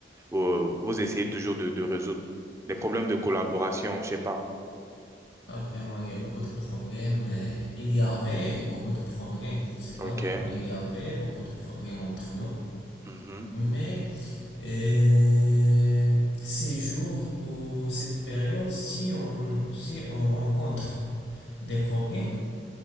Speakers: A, on the right; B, on the left.
A: vous, vous essayez toujours de, de résoudre? Les problèmes de collaboration, je sais pas.
B: Ah, vraiment, il y a beaucoup de problèmes. euh, Il y avait beaucoup de problèmes, c'est
A: Ok.
B: pas maintenant. Il y avait beaucoup de problèmes entre nous,
A: Mhm.
B: mais Et ces jours ou cette période, si on, si on rencontre des problèmes,